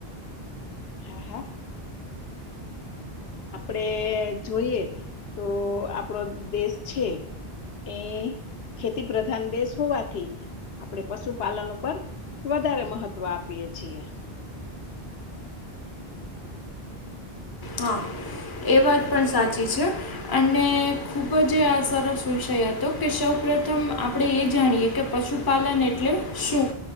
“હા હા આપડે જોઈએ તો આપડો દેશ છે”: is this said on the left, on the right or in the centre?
Left